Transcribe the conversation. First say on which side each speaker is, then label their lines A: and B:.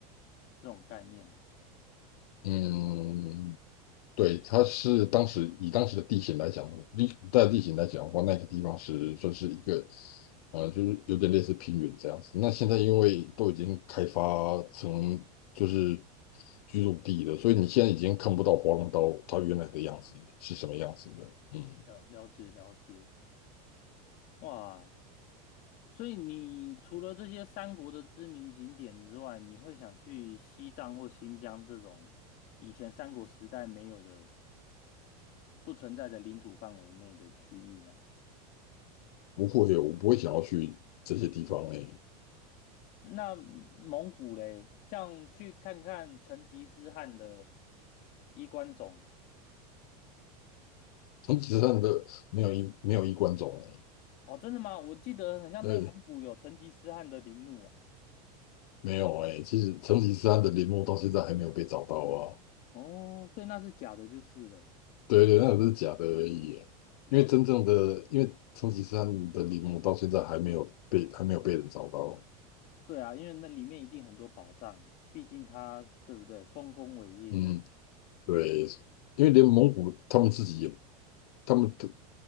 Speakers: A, on the left; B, on the left.
A: 这种概念，
B: 嗯，对，它是当时以当时的地形来讲，地在地形来讲的话，那个地方是算是一个，呃，就是有点类似平原这样子。那现在因为都已经开发成就是居住地了，所以你现在已经看不到华龙岛它原来的样子是什么样子的。嗯，
A: 了了解了解。哇，所以你除了这些三国的知名景点之外，你会想去西藏或新疆这种以前三国时代没有的、不存在的领土范围内的区域吗？
B: 不会，我不会想要去这些地方诶、
A: 那蒙古嘞，像去看看成吉思汗的衣冠冢
B: 成吉思汗的没有一没有衣冠冢。诶、
A: 啊哦，真的吗？我记得很像内蒙古有成吉思汗的陵墓啊。
B: 对，没有诶、其实成吉思汗的陵墓到现在还没有被找到啊。
A: 哦，所以那是假的，就是了。
B: 对对，那只是假的而已啊因为真正的，
A: 了解。
B: 因为成吉思汗的陵墓到现在还没有被还没有被人找到。
A: 对啊，因为那里面一定很多宝藏啊，毕竟他，对不对？丰功伟业。
B: 嗯，对，因为连蒙古他们自己也，他们的